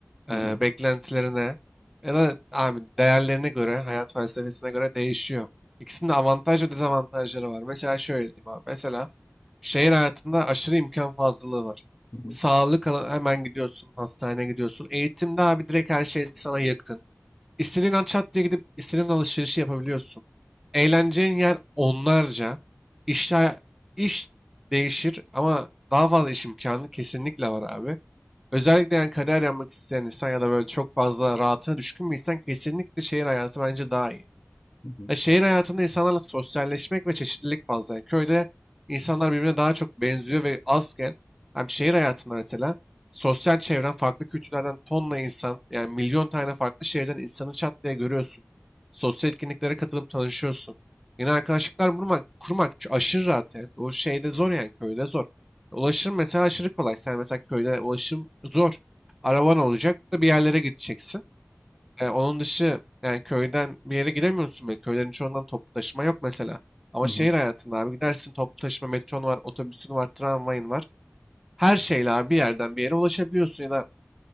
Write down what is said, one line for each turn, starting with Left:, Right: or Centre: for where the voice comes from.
Left: Hı
Centre: e,
Left: hı.
Centre: beklentilerine ya da abi değerlerine göre, hayat felsefesine göre değişiyor. İkisinin de avantaj ve dezavantajları var. Mesela şöyle diyeyim abi. Mesela şehir hayatında aşırı imkan fazlalığı var.
Left: Hı hı.
Centre: Sağlık ala- hemen gidiyorsun, hastaneye gidiyorsun. Eğitimde abi direkt her şey sana yakın. İstediğin an çat diye gidip istediğin alışverişi yapabiliyorsun. Eğleneceğin yer onlarca. İş, iş değişir ama daha fazla iş imkanı kesinlikle var abi. Özellikle yani kariyer yapmak isteyen insan ya da böyle çok fazla rahatına düşkün bir insan kesinlikle şehir hayatı bence daha iyi.
Left: Hı hı.
Centre: Ya şehir hayatında insanlarla sosyalleşmek ve çeşitlilik fazla. Yani köyde insanlar birbirine daha çok benziyor ve azken hem şehir hayatında mesela sosyal çevren farklı kültürlerden tonla insan yani milyon tane farklı şehirden insanı çat diye görüyorsun. Sosyal etkinliklere katılıp tanışıyorsun. Yeni arkadaşlıklar kurmak, kurmak ç- aşırı rahat yani. O şeyde zor yani köyde zor. Ulaşım mesela aşırı kolay. Sen mesela köyde ulaşım zor. Araban olacak da bir yerlere gideceksin. E, onun dışı yani köyden bir yere gidemiyorsun bile. Köylerin çoğundan toplu taşıma yok mesela. Ama
Left: Hı
Centre: şehir
Left: hı.
Centre: hayatında abi gidersin toplu taşıma metron var, otobüsün var, tramvayın var. Her şeyle abi bir yerden bir yere ulaşabiliyorsun ya da